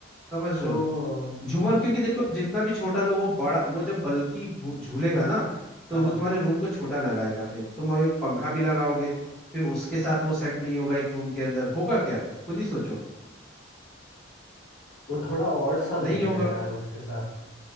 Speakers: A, in the centre; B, on the left.
A: समझ
B: तो
A: रहे हो
B: अम,
A: झूमर क्योंकि देखो जितना भी छोटा लो वो बड़ा वो जब बल्कि घू- झूलेगा ना तो
B: हाँ
A: वो तुम्हारे रूम को छोटा लगाएगा फिर तुम एक पंखा भी लगाओगे फिर उसके साथ वो सेट नहीं होगा एक रूम के अंदर होगा क्या खुद ही सोचो
B: वो थोड़ा और सा लगेगा
A: नहीं होगा
B: यार उसके साथ